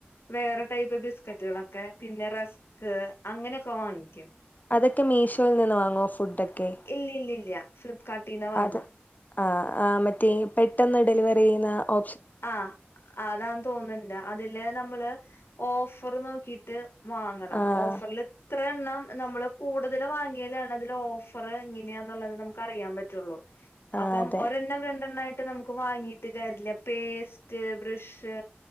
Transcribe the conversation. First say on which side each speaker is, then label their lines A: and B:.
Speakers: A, on the left; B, on the left.
A: വേറെ ടൈപ്പ് ബിസ്ക്കറ്റുകളൊക്കെ പിന്നെ റസ്ക് അങ്ങനെയൊക്കെ വാങ്ങിക്കും
B: അതൊക്കെ മീഷോയിൽ നിന്ന് വാങ്ങുവോ ഫുഡൊക്കെ
A: ഇല്ല ഇ ല്ല ഇല്ല ഫ്ലിപകാർട്ടീന്ന വാങ്ങാ
B: അത് ആഹ് ആഹ് മറ്റേ പെട്ടെന്ന് ഡെലിവറി ചെയ്യുന്ന ഒ
A: ആഹ് അതാതോന്നുന്നുണ്ട് അതില് നമ്മള് ഓഫർ നോക്കിട്ട് വാങ്ങണം
B: ആഹ്
A: ഓഫറിൽ ഇത്ര എണ്ണം നമ്മള് കൂടുതൽ വാങ്ങിയാലാണ് അതില് ഓഫർ എങ്ങനെയാന്നുള്ളത് നമുക്ക് അറിയാൻ പറ്റുള്ളൂ
B: ആഹ്
A: അപ്പം
B: അതെ
A: ഒരെണ്ണം രണ്ടെണ്ണയിട്ട് നമുക്ക് വാങ്ങീട്ട് കാര്യല്ല പേസ്റ്റ് ബ്രഷ്